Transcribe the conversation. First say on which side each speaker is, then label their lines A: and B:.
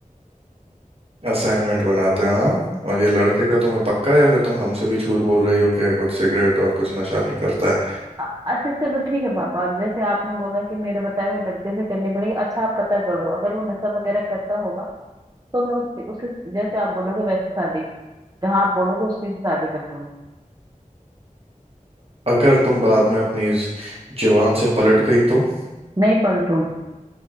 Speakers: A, on the right; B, on the right.
A: असाइनमेंट बनाते हैं हाँ और ये लड़के का तुम्हें पक्का है या फिर तुम हमसे भी झूठ बोल रही हो कि कुछ सिगरेट और कुछ नशा नहीं करता है
B: अ- अच्छा चलो ठीक है पापा जैसे आपने बोला कि मेरे बताए हुए लड़के से करनी पड़ेगी अच्छा आप पता कर लो अगर वो नशा वगैरह करता होगा तो मैं उससे उसे जैसे आप बोलोगे वैसे शादी जहाँ आप बोलोगे उसकी शादी कर लूंगी
A: अगर तुम बाद में अपनी इस जुबान से पलट गई तो
B: नहीं पलटूंगी